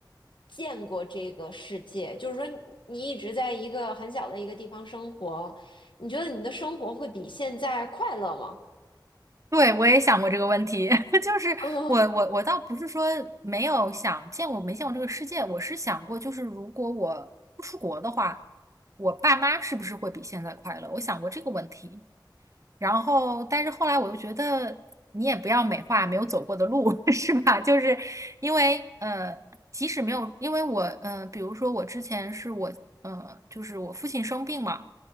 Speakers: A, on the left; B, on the right.
A: 见过这个世界，就是说你一直在一个很小的一个地方生活，你觉得你的生活会比现在快乐吗？
B: 对，我也想过这个问题，<laughs> 就是我我我倒不是说没有想见过没见过这个世界，
A: <laughs>
B: 我是想过，就是如果我不出国的话，我爸妈是不是会比现在快乐？我想过这个问题，然后，但是后来我又觉得你也不要美化没有走过的路，<laughs> 是吧？就是因为呃，即使没有，因为我嗯，比如说我之前是我呃，就是我父亲生病嘛，